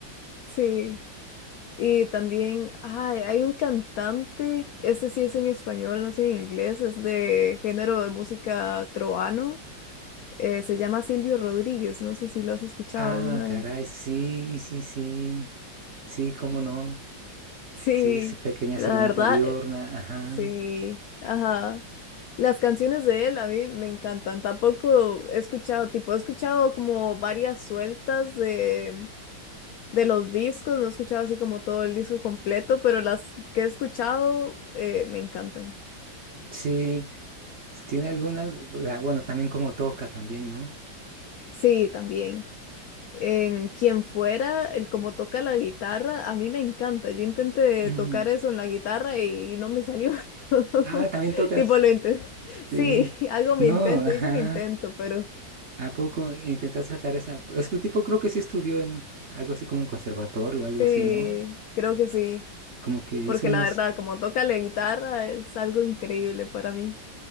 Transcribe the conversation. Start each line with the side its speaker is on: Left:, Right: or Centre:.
Left: Sí. Y también, ay, hay un cantante, este sí es en español, no sé en inglés, es de género de música trovano. Eh, se llama Silvio Rodríguez, no sé si lo has escuchado
Right: Ah,
Left: alguna
Right: caray,
Left: vez.
Right: sí, sí, sí. Sí, cómo no.
Left: Sí,
Right: Sí, sí, Pequeña
Left: la
Right: Serenata
Left: verdad,
Right: Diurna,
Left: eh,
Right: ajá.
Left: sí, ajá. Las canciones de él a mí me encantan. Tampoco he escuchado, tipo, he escuchado como varias sueltas de, de los discos, no he escuchado así como todo el disco completo, pero las que he escuchado eh, me encantan.
Right: Sí, s- tiene algunas. la- Bueno, también como toca también, ¿no?
Left: Sí, también. en quien fuera, el como toca la guitarra, a mí me encanta. Yo intenté
Right: Ujú.
Left: tocar eso en la guitarra y, y no me salió. <laughs>
Right: Ah, también tocas.
Left: Tipo, lo intenté. Sí,
Right: Sí.
Left: <laughs> hago mi
Right: No,
Left: intento,
Right: ajá.
Left: hice mi intento, pero
Right: ¿A poco intentaste sacar esa? Es que el tipo creo que sí estudió en algo así como en conservatorio o algo
Left: sí,
Right: así, ¿no?
Left: creo que sí.
Right: Como que hizo
Left: Porque
Right: unos...
Left: la verdad, como toca la guitarra es algo increíble para mí.